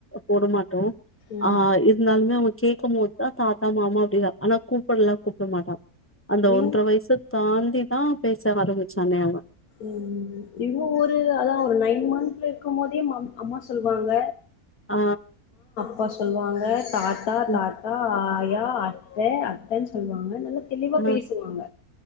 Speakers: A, on the left; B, on the left.
A: போட மாட்டோ
B: ம்
A: ஆ ஆய் இருந்தாலுமே அவ கேட்கும் போதா தாத்தா மாமா அப்படின்றா ஆனா கூப்பில்லா கூப்ட மாட்டா அந்த
B: இவ்
A: ஒன்ற வயசு தாண்டிதா பேச ஆரம்பிச்சானே அவ
B: ம் இவ ஒரு அதா ஒரு நைன் மந்த்ல இருக்குமோதே மாம் அம்மா சொல்லுவாங்க
A: ஆ
B: அப்பா சொல்வாங்க தாத்தா தாத்தா
A: ம்,
B: ஆய் யா அத்த அத்தன் சொல்வாங்க நல்ல தெளிவா
A: ஆ
B: பேசுவாங்க